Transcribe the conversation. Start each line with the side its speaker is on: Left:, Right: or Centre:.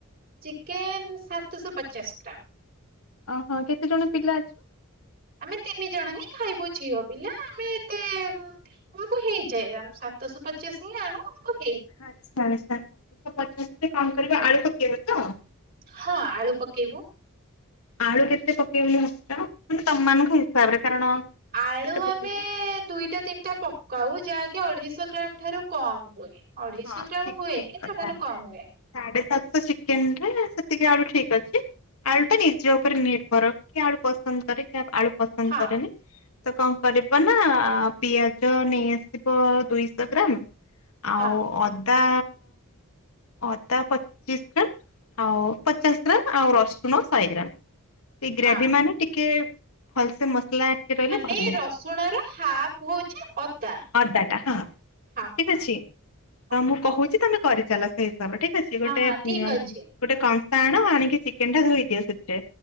Right: ଚିକେନ୍ ସାତଶହ ପଚାଶ ଗ୍ରାମ।
Left: ଓହୋ କେତେ ଜଣ ପିଲା ଅଛ?
Right: ଆମେ ତିନି ଜଣ ହିଁ ଖାଇବୁ ଝିଅ ପିଲା ଆମେ ଏତେ ଆମକୁ ହେଇଯାଏ ଆମ ସାତଶହ ପଚାଶ ହିଁ ଆଣୁ ଆମକୁ ହେଇ
Left: ଆଚଛା ଆଚଛା ସତ୍ଶହ ପଚାଶରେ କଣ କରିବା ଆଳୁ ପକେଇବ ତ?
Right: ହଁ ଆଳୁ ପକେଇବୁ।
Left: ଆଳୁ କେତେ ପକେଇବ ବୋଲି ଭାବିଛ ତମମାନଙ୍କ ହିସାବରେ କାରଣ
Right: ଆଳୁ
Left: କେତେ
Right: ଆମେ
Left: ପକେଇବ?
Right: ଦୁଇଟା ତିନିଟା ପକ ଆଳୁ ଯାହାକି ଅଢ଼େଇଶହ ଗ୍ରାମ ଠାରୁ କମ ହୁଏ ଅଢ଼େଇଶହ
Left: ହଁ
Right: ଗ୍ରାମ
Left: ଠିକ
Right: ହୁଏନି
Left: ଠିକ କଥା
Right: ତାଠାରୁ କମ ହୁଏ।
Left: ସାଢେ ସାତଶ ଚିକେନ ରେ ସେତିକି ଆଳୁ ଠିକ ଅଛି। ଆଳୁ ଟା ନିଜ ଉପରେ ନିର୍ଭର କି ଆଳୁ ପସନ୍ଦ କରେ କି ଆଳୁ ପସନ୍ଦ
Right: ହଁ
Left: କରେନି। ତ କଣ କରିବ ନା ପିଆଜ ନେଇଆସିବ ଦୁଇଶ ଗ୍ରାମ। ଆଉ
Right: ହଁ
Left: ଅଦା ଅଦା ପଚିଶ ଗ୍ରାମ ଆଉ ପଚାଶ ଗ୍ରାମ ଆଉ ରସୁଣ ଶହେ ଗ୍ରାମ। ଏଇ ଗ୍ରେଭି
Right: ହଁ
Left: ମାନେ ଟିକେ ଭଲସେ ମସଲା ଟିକେ ରହିଲେ
Right: ମାନେ
Left: ଭଲ ଲାଗିବ
Right: ରସୁଣ ର ହାପ ହଉଛି ଅଦା।
Left: ଅଦାଟା ହଁ।
Right: ହଁ
Left: ଠିକ
Right: ହଁ
Left: ଅଛି
Right: ହଁ
Left: ତ ମୁଁ କହୁଛି ତମେ କରିଚାଲ ସେଇ ହିସାବରେ ଠିକ ଅଛି ଗୋଟେ
Right: ହଁ ହଁ ଠିକ ଅଛି
Left: ଗୋଟେ କଂସା ଆଣ ଆଣିକି ଚିକେନ ଟା ଧୋଇ ଦିଅ ସେଥିରେ।